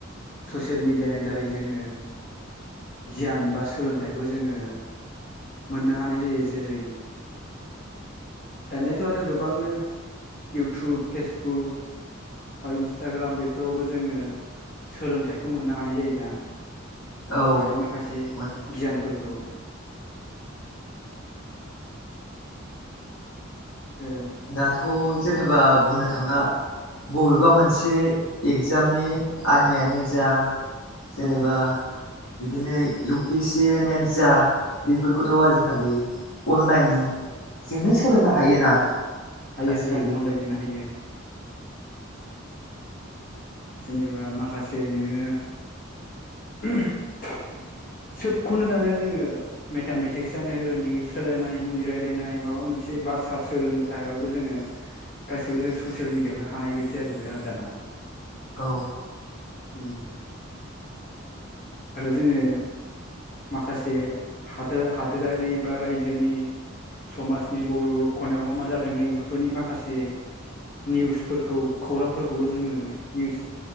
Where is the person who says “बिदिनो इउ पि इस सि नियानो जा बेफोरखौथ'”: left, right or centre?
Left